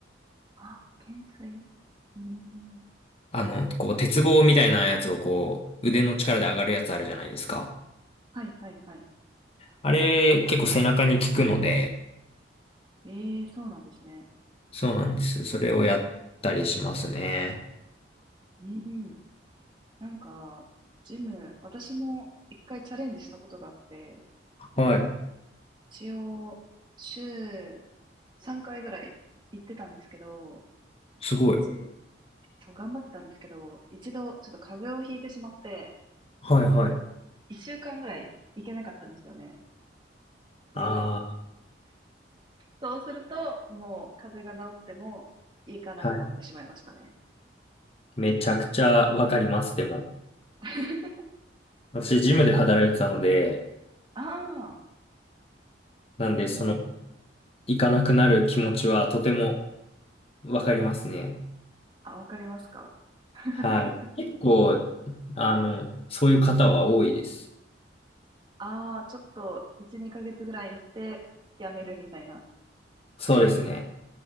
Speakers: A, on the right (about 25°); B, on the left (about 30°).
A: あ、懸垂うーん。
B: あの、こう、鉄棒みたいなやつをこう、腕の力で上がるやつあるじゃないですか。
A: はい、はい、はい。
B: あれ、結構背中に効くので、
A: ええそうなんですね。
B: そうなんです。それをやったりしますね。
A: うん。なんか、ジム、私も一回チャレンジしたことがあって、
B: はい。
A: 一応、週3回ぐらい行ってたんですけど、
B: すごい。
A: 一、そう、頑張ってたんですけど、一度、ちょっと風邪をひいてしまって、
B: はいはい。
A: 一週間ぐらい行けなかったんですよね。で、
B: あ
A: そうすると、もう風邪が治っても行かなくなってしまいましたね。
B: あ、はい。めちゃくちゃわかります、でも。
A: <laughs>
B: 私、ジムで働いてたので、
A: ああ、
B: なんで、
A: なるほど。
B: その、行かなくなる気持ちはとてもわかりますね。
A: あ、わかりますか。<laughs>
B: はい。結構、あの、そういう方は多いです。
A: ああ、ちょっと1、2ヶ月ぐらい行ってやめるみたいな。
B: そうですね。